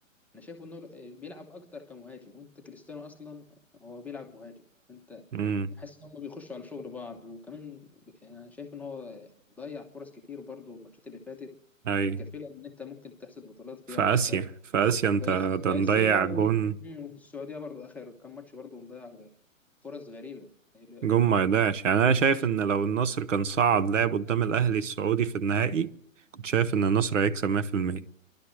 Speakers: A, in the centre; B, on the right.
A: انا شايفه انه بيلعب اكتر كمهاجم وانت كريستيانو اصلا هو بيلعب مهاجم انت
B: امم
A: حاسس ان هم بيخشوا على شغل بعض وكمان ب- انا شايف ان هو ضيع فرص كتير برضه الماتشات اللي فاتت
B: أي
A: كانت كفيله ان انت ممكن تحصد بطولات فيها
B: في آسيا
A: ان انت
B: في آسيا أنت
A: في آس-
B: ده
A: في
B: مضيع
A: اسيا و...
B: جون
A: مم، وفي السعوديه برضه اخر كام ماتش برضه مضيع فرص غريبه ال-
B: جون
A: ال-
B: ما يضيعش يعني أنا شايف
A: مم.
B: إن لو النصر كان صعد لعب قدام الأهلي السعودي في النهائي كنت شايف إن النصر هيكسب 100%